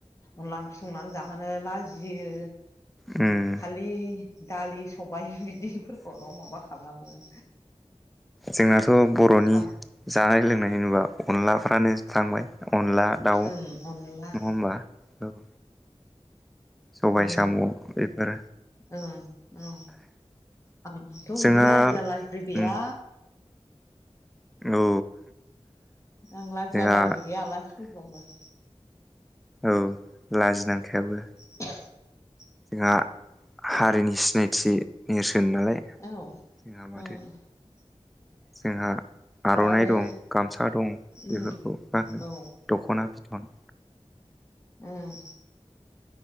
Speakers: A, on the left; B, in the centre.
A: अनला ओंख्रि संनानै जाहोनो लाजियो
B: उम
A: खालि दालि सबाय बिदिफोरखौल' माबा खालामो <unintelligible>
B: जोंनाथ' बर'नि
A: आं
B: जानाय लोंनाय होनोब्ला अनलाफ्रानो थांबाय अनला दाउ
A: ओं
B: नङा
A: अनला
B: होमबा औ सबाय
A: ओ
B: साम' बेफोर
A: ओं औ। आंथ'
B: जोंहा
A: बिदि लाजिला लाजिलि गैया।
B: उम औ
A: आं लाजिला
B: जोंहा
A: लाजिलि गैया आलासि फैबाबो।
B: औ लाजिनांखायाबो।
A: <inaudible>
B: जोंहा हारिनि सिनायथि नेरसोन न नालाय जोंहा
A: औ
B: माथो
A: उम <inaudible>
B: जोंहा आर'नाइ
A: आरो
B: दं गामसा दं
A: उम
B: बेफोरखौ गान
A: औ
B: दख'ना बिथन
A: ओं।